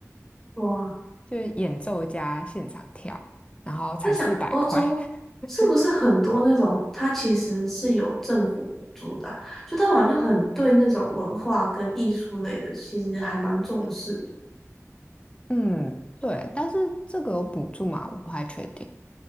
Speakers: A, in the centre; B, on the left (about 20°).
A: 哇，
B: 就是演奏加现场跳，然后才四百块。
A: 在想欧洲是不是很多那种，
B: <laughs>
A: 它其实是有政府补助的啊就他们好像很对那种文化跟艺术类的，其实还蛮重视的。
B: 嗯，对，但是这个有补助吗？我不太确定。